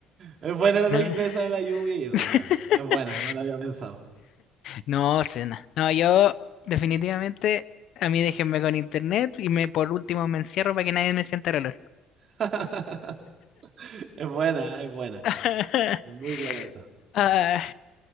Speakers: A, on the right; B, on the left.
A: Es buena la
B: pero-
A: lógica
B: No,
A: esa de la lluvia y eso
B: <laughs>
A: es buena. Es buena, no la había pensado.
B: no, cena. No, yo definitivamente a mí déjenme con internet y me por último me encierro para que nadie me sienta el olor.
A: <laughs> Es buena, es buena.
B: <laughs>
A: Es muy buena esa.
B: Ah,